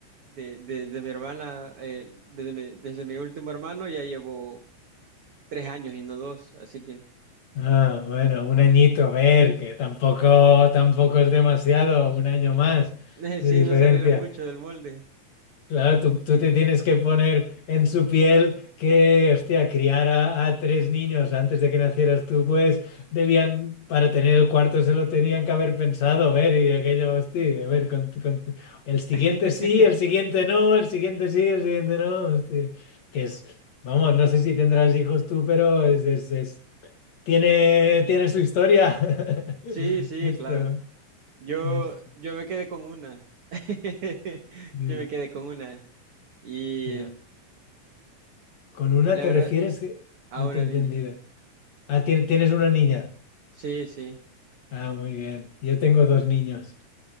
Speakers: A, on the right; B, on the left.
A: De, de, de mi hermana, eh, desde mi, desde mi último hermano ya llevo tres años y no dos, así que...
B: Ah, bueno, un añito, a ver, que tampoco, tampoco es demasiado, un año más
A: <laughs>
B: de
A: Sí,
B: diferencia.
A: no saliera mucho del molde.
B: Claro, tú, tú te tienes que poner en su piel que, hostia, criar a, a tres niños antes de que nacieras tú, pues debían, para tener el cuarto se lo tenían que haber pensado, ver, y aquello, hostia, a ver, con- con- el siguiente
A: <laughs>
B: sí, el siguiente no, el siguiente sí, el siguiente no, hostia, que es, vamos, no sé si tendrás hijos tú, pero es, es, es- tiene, tiene su historia. <laughs>
A: Sí, sí,
B: Esto,
A: claro. Yo,
B: esto,
A: yo me quedé con una. <laughs>
B: ya,
A: Yo me quedé con una. Y
B: ya. Con una
A: la
B: te
A: verdad,
B: refieres que...
A: a
B: No
A: una
B: te he entendido.
A: niña.
B: Ah, tien- tienes una niña.
A: Sí, sí.
B: Ah, muy bien. Yo tengo dos niños.